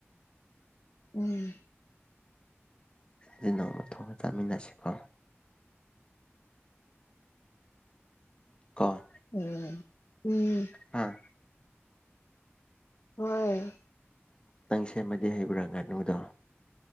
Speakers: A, on the left; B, on the left.
A: ꯎꯝ꯫
B: ꯑꯗꯨ ꯅꫭꯡꯃ ꯊꯣꯡꯉꯥ ꯆꯥꯃꯤꯟꯅꯁꯤꯀꯣ ꯀꫭ
A: ꯑꯣ ꯎꯝ
B: ꯍꯥꯥ
A: ꯍꯣꯏ
B: ꯅꯪ ꯁꯦꯝꯕꯗꯤ ꯍꯩꯕ꯭ꯔꯥ ꯉꯥꯅꯨꯗꯣ